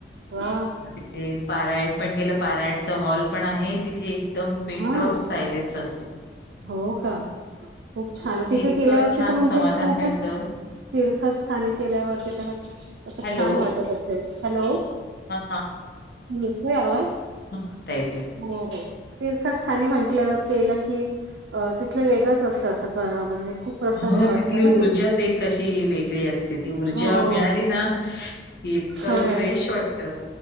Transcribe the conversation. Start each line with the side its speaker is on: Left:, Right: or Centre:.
Right: वाह!
Left: ते पारायण पण केल, पारायणच हॉल पण आहे तिथे एकदम पिनड्रॉप्स
Right: हां.
Left: सायलेन्स असतो
Right: हो का खूप छान तिथे
Left: इतकं
Right: केल्यावरती
Left: छान
Right: तर म्हणजे
Left: समाधान
Right: खूपच
Left: मिळतं.
Right: तीर्थस्थानी केल्यावरती तर अस
Left: हॅलो,
Right: छान वाटत असेल, हॅलो
Left: हां,
Right: येतोय आवाज?
Left: हा आता येतोय.
Right: हो, हो. तीर्थस्थानी म्हटल केल, की अ तिथल वेगळच असत अस करण म्हणजे खूप प्रसन्न
Left: ह
Right: वाटतं
Left: तिथली
Right: ना
Left: ऊर्जाच
Right: तिथे.
Left: एक अशी वेगळी असते ती ऊर्जा
Right: हो,
Left: मिळाली ना कि इतक
Right: खरं आहे.
Left: फ्रेश वाटत?